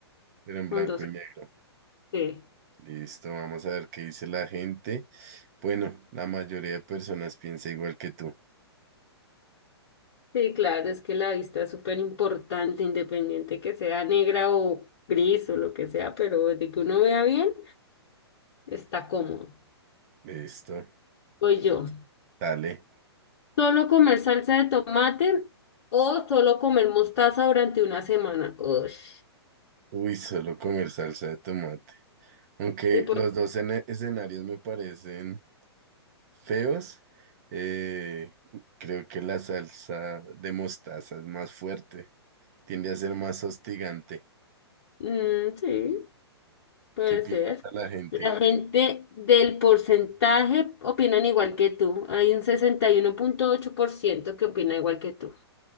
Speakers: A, on the right; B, on the left.
A: pero en
B: con
A: blanco
B: dos.
A: y negro.
B: Sí,
A: Listo, vamos a ver qué dice la gente. Bueno, la mayoría de personas piensa igual que tú.
B: sí, claro, es que la vista es súper importante, independiente que sea negra o gris o lo que sea, pero desde que uno vea bien, está cómodo.
A: Listo,
B: Voy yo.
A: dale.
B: ¿Solo comer salsa de tomate o solo comer mostaza durante una semana? Ush.
A: Uy, solo comer salsa de tomate. Aunque
B: Sí, por-
A: los dos ene- escenarios me parecen feos, eh, creo que la salsa de mostaza es más fuerte, tiende a ser más hostigante.
B: Mm, sí, puede
A: ¿Qué piensa
B: ser.
A: la gente?
B: La gente del porcentaje opinan igual que tú. Hay un sesenta y uno punto ocho por ciento que opina igual que tú.